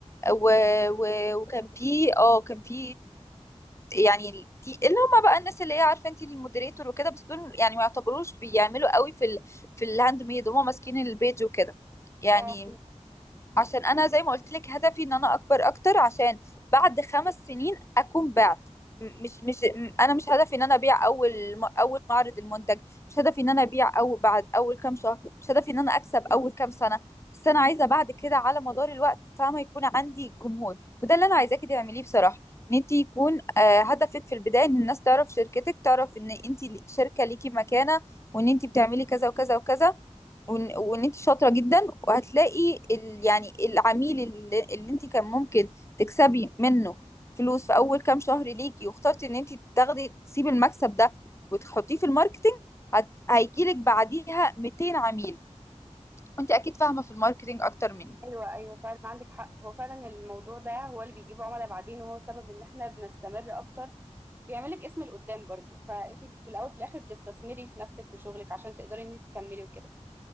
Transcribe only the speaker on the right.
اه
ايوه ايوه فعلا عندك حق هو فعلا الموضوع ده هو اللي بيجيب عملاء بعدين وهو سبب ان احنا بنستمر اكتر بيعمل لك اسم لقدام برضو فانت في الاول في الاخر بتستثمري في نفسك وشغلك عشان تقدري ان انت تكملي وكده